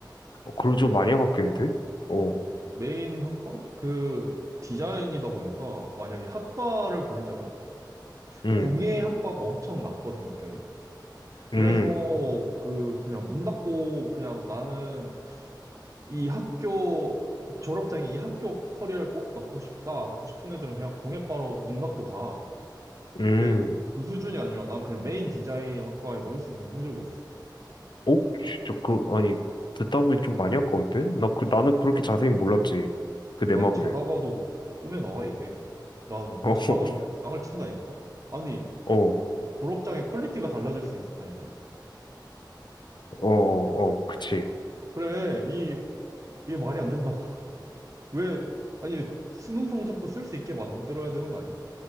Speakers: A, on the left; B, on the right.
A: 어, 그러죠.
B: 음.
A: 많이 갔겠는데 어,
B: 메인 학과? 그 디자인이다 보니까 만약에 학과를 고르자면
A: 응,
B: 공예 학과가 엄청 낮거든, 입결이.
A: 응,
B: 그래서 그 그냥 문 닫고 그냥 나는 이 학교 졸업장에 이 학교 커리어를 꼭 넣고 싶다라고 싶은 애들은 그냥 공예과로 문 닫고 가.
A: 응.
B: 근데 그 수준이 아니라 난 그냥 메인 디자인 학과에 넣을 수 있는 성적이었어.
A: 어? 진짜 그 아니 듣다 보니 좀 많이 아까운데? 나 그 나는 그렇게 자세히 몰랐지 그 내막을
B: 난 자다가도 꿈에 나와 이게. 난
A: <laughs>
B: 자다가도 땅을 친다니까? 아니
A: 어 어
B: 졸업장의 퀄리티가 달라질 수 있었다니까?
A: 어 어 그치
B: 그래 이 이게 말이 안 된다고. 왜 아니 수능 성적도 쓸 수 있게 만들어야 되는 거 아니야?